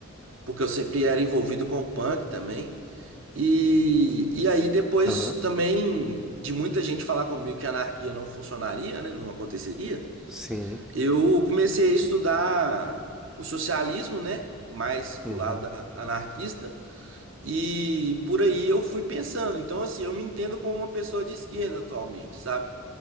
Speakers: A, on the right; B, in the centre.
A: porque eu sempre era envolvido com punk também. E, e aí depois
B: aham,
A: também de muita gente falar comigo que a anarquia não funcionaria, né, não aconteceria,
B: sim,
A: eu comecei a estudar o socialismo, né, mais pro
B: uhum,
A: lado da- anarquista. E por aí eu fui pensando. Então, assim, eu me entendo como uma pessoa de esquerda atualmente, sabe?